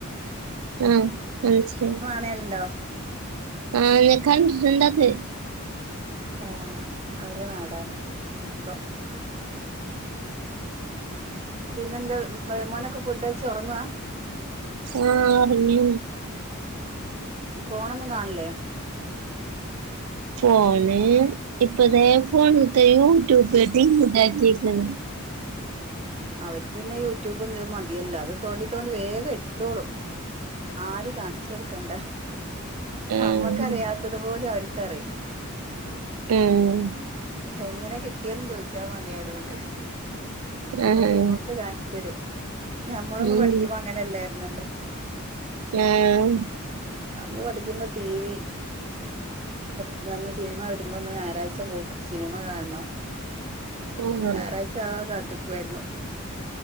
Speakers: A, on the right; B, on the right.
A: ഉം മനസിലായി
B: ണേലുണ്ടോ?
A: ഉം ഞാൻ കണ്ടിട്ടുണ്ടത്
B: ആഹ് അവരെ നാടാണ് മുക്കം. പിന്നെന്താ മോനൊക്കെ ഫുഡ് കയിച്ച് ഒറങ്ങുവാ?
A: ആഹ് പിന്നെ
B: ഫോണൊന്നും കാണില്ലേ?
A: ഫോണ് ഇപ്പതേ ഫോണ് <unintelligible> <unintelligible> ഇണ്ടാക്കീക്കുന്നു.
B: അവർക്ക് പിന്നെ യൂട്യൂബും ഇതും മതിയല്ലോ. അത് തോണ്ടി തോണ്ടി വേഗം എടുത്തോളും ആരും കാണിച്ച് കൊടുക്കണ്ട
A: ആഹ്
B: അമ്മക്കറിയാത് ത്തതുപോലും അവര്ക്കറിയാം.
A: ഉം
B: എങ്ങനെ കിട്ടിയെന്ന് ചോയ്ച്ചാ മതി അവരോട്.
A: ആഹ്
B: അവരിങ്ങോട്ട് കാണിച്ച് തരും ഞമ്മളൊന്നും
A: ഉം.
B: പഠിക്കുമ്പോ അങ്ങനല്ലാരുന്നല്ലോ.
A: ആം
B: നമ്മ പഠിക്കുമ്പോ ടി വി <unintelligible> അന്ന് സിനിമ വരുമ്പോന്ന് ഞായറാഴ്ച പോ <unintelligible> സിനിമ കാണണം.
A: ആഹ്
B: ഞായറാഴ്ചവാൻ കാത്ത്ക്ക്വായിരുന്നു.